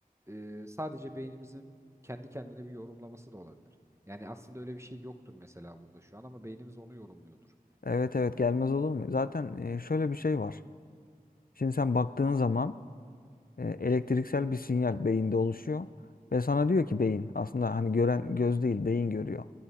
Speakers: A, on the right; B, on the left.
A: e, sadece beynimizin kendi kendine bir yorumlaması da olabilir. Yani aslında öyle bir şey yoktur mesela burada şu an ama beynimiz onu yorumluyordur.
B: Evet evet gelmez olur mu? Zaten e, şöyle bir şey var. Şimdi sen baktığın zaman e, elektriksel bir sinyal beyinde oluşuyor ve sana diyor ki beyin aslında hani gören göz değil beyin görüyor.